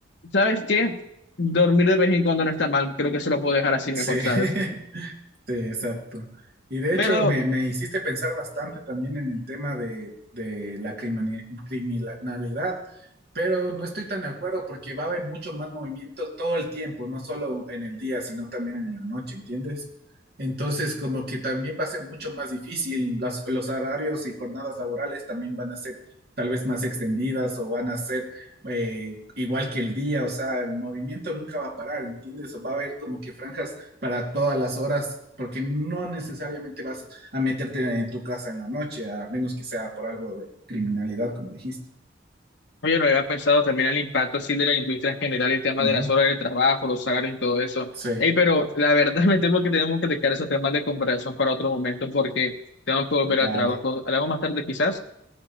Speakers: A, on the left; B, on the right.
A: ¿sabes qué? Dormir de vez en cuando no está mal, creo que se lo puedo dejar así mejor,
B: sí. <laughs>
A: ¿sabes?
B: Sí, exacto. Y de hecho
A: Pero
B: me, me hiciste pensar bastante también en el tema de, de la crimine- criminalidad, pero no estoy tan de acuerdo porque va a haber mucho más movimiento todo el tiempo, no solo en el día, sino también en la noche, ¿entiendes? Entonces, como que también va a ser mucho más difícil, las- los horarios y jornadas laborales también van a ser tal vez más extendidas o van a ser eh, igual que el día, o sea, el movimiento nunca va a parar, ¿entiendes? Va a haber como que franjas para todas las horas, porque no necesariamente vas a meterte en tu casa en la noche, a menos que sea por algo de criminalidad, como dijiste.
A: Oye, no había pensado también el impacto así de la industria en general, el tema
B: Ujú,
A: de las horas de trabajo, los salarios y todo eso.
B: Sí,
A: Ey, pero la <laughs> verdad me temo que tenemos que dejar esos temas de comparación para otro momento porque tengo que volver al
B: dale,
A: trabajo. Hablamos más tarde quizás.